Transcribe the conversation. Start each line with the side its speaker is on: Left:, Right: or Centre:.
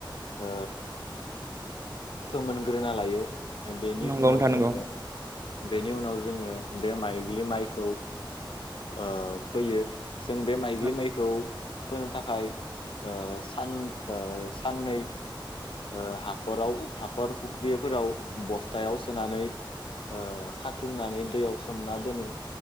Left: ओ फोमोनग्रोना लायो बेनि
Right: नंगौ
Left: उनाव
Right: नोंथां
Left: जोङो
Right: नंगौ
Left: बेनि उनाव जोङो बे माइग्लि माइखौ ओ फैयो जों बे माइग्लि
Right: नंगौ
Left: माइखौ फोनो थाखाय सान साननै ओ हाखराव हाखर फुख्रिफोराव बस्थायाव सोनानै ओ खाथुमनानै दैयाव सोमना दोनो